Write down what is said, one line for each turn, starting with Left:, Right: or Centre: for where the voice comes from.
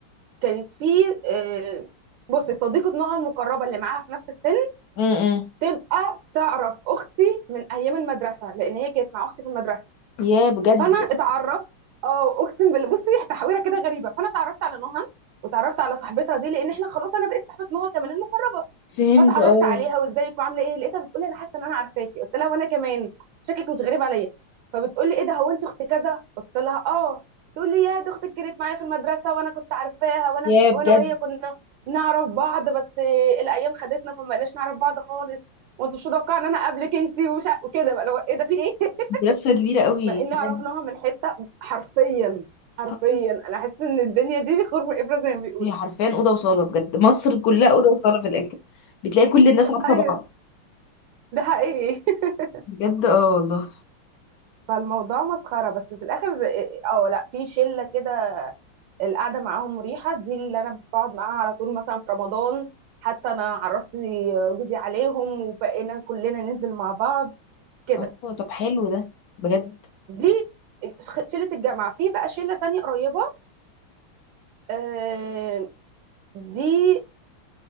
Right: كانت في آه، بصي صديقة نوعها المقربة اللي معاها في نفس السن
Left: امم
Right: تبقى تعرف أختي من أيام المدرسة لأن هي كانت مع أختي في المدرسة
Left: يا بجد
Right: فأنا اتعرفت أه أقسم بالله بصي تحويرة كده غريبة فأنا اتعرفت على نهى وتعرفت على صاحبتها دي لأن إحنا خلاص أنا بقيت صاحبة نهى كمان المقربة
Left: فهمت
Right: فتعرفت
Left: اه
Right: عليها وازيك وعامله ايه لقيتها بتقولي انا حاسه ان انا عارفاكي قلت لها وانا كمان شكلك مش غريب عليا فبتقولي ايه ده هو انت اخت كذا قلت لها اه تقول لي يا دي اختك كانت معايا في المدرسه وانا كنت عارفاها وانا
Left: يا بجد
Right: وانا وهي كنا نعرف بعض بس الايام خدتنا فما بقناش نعرف بعض خالص وانت مش متوقعه ان انا اقابلك انت وش... وكده بقى لو ايه ده في ايه <laughs>
Left: لفة كبيرة قوي
Right: مع ان
Left: بجد
Right: عرفناها من حته حرفيا حرفيا
Left: اه
Right: انا حاسه ان الدنيا دي خرم ابره زي ما بيقولوا
Left: هي حرفيا أوضة وصالة بجد مصر كلها أوضة وصالة في الآخر بتلاقي كل الناس عارفة
Right: ايوه
Left: بعض
Right: ده حقيقي <laughs>
Left: بجد اه والله
Right: فالموضوع مسخرة بس في الآخر اه لا في شلة كده القعدة معاهم مريحة دي اللي أنا بقعد معاها على طول مثلا في رمضان حتى أنا عرفت جوزي عليهم وبقينا كلنا ننزل مع بعض كده
Left: اه طب حلو ده بجد
Right: دي شلة الجامعة في بقى شلة تانية قريبة آه، دي